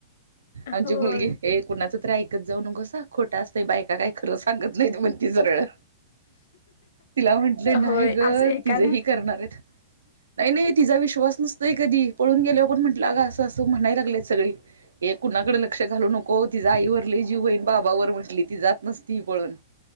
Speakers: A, on the right; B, on the left.
A: आमची
B: होय.
A: मुलगी हे कुणाच तर ऐ कत जाऊ नकोस हं खोटा असतय बायका काय खरं सांगत न्हाईत म्हणती सरळं. तिला म्हंटलं
B: होय
A: न्हाई ग
B: असं एकाला
A: तिज ही करणारेत. नाई नाई तिजा विश्वास नसतोय कधी पळून गेल्याव पण म्हटलं अग असं असं म्हणाय लागलेत सगळी ए कुणाकड लक्ष घालू नको तिज आईवर लई जीवय अन बाबावर म्हटली ती जात नस ती पळून.